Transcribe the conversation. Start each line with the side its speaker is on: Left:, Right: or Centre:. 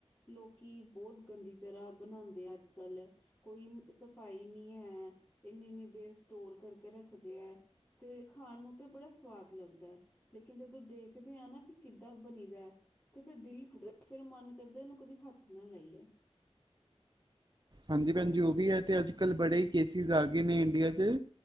Left: ਲੋਕੀ ਬੋਤ ਗੰਦੀ ਤਰ੍ਹਾਂ ਬਣਾਦੇ ਆ ਅੱਜ ਕੱਲ। ਕੋਈ ਸਫ਼ਾਈ ਨੀ ਹੈ, ਇੰਨੀ ਇਨੀ ਦੇਰ ਸਟੋਰ ਕਰਕੇ ਰੱਖਦੇ ਐ। ਤੇ ਖਾਣ ਨੂੰ ਤੇ ਬੜਾ ਸਵਾਦ ਲੱਗਦਾ ਐ। ਲੇਕਿਨ ਜਦੋਂ ਦੇਖਦੇ ਹਾਂ ਨਾ ਕਿ ਕਿੱਦਾਂ ਬਣੀ ਦਾ। ਤੇ ਫੇਰ ਦਿਲ ਟੁੱਟ ਫੇਰ ਮਨ ਕਰਦਾ ਏਹਨੂੰ ਕਦੀ ਹੱਥ ਨਾ ਲਾਈਏ।
Right: ਹਾਂਜੀ ਭੈਣਜੀ ਓ ਵੀ ਹੈ ਤੇ ਅੱਜ-ਕੱਲ੍ਹ ਬੜੇ ਕੇਸਿਸ ਆ ਗਏ ਨੇ ਇੰਡੀਆ ਚ।